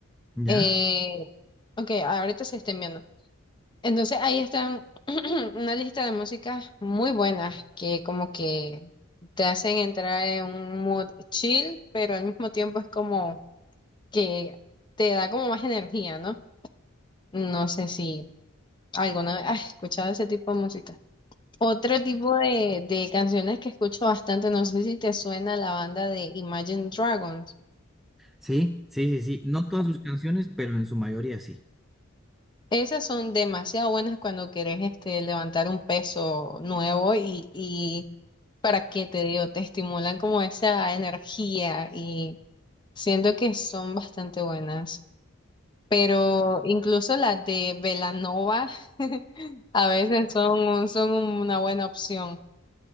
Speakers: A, in the centre; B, on the left.
A: ¿ya?
B: Eh, ok, ahorita se está enviando. Entonces, ahí están <clears throat> una lista de músicas muy buenas que como que te hacen entrar en un mood chill, pero al mismo tiempo es como que te da como más energía, ¿no? No sé si alguna vez has escuchado ese tipo de música. Otro tipo de, de canciones que escucho bastante, no sé si te suena la banda de Imagine Dragons.
A: Sí, sí, sí, sí. No todas sus canciones, pero en su mayoría sí.
B: Esas son demasiado buenas cuando querés este, levantar un peso nuevo y, y para qué te digo, te estimulan como esa energía y siento que son bastante buenas. Pero incluso las de Belanova <laughs> a veces son, un- son una buena opción.